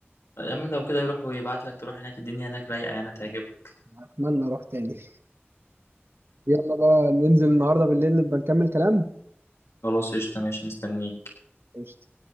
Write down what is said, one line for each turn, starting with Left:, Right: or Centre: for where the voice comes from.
Left: يا عم لو كده يروح ويبعت لك تروح هناك الدنيا هناك رايقة يعني هتعجبك
Right: أتمنى أروح تاني يلا بقى ننزل النهاردة بالليل نبقى نكمل كلام
Left: خلاص قشطة ماشي مستنيك
Right: قشطة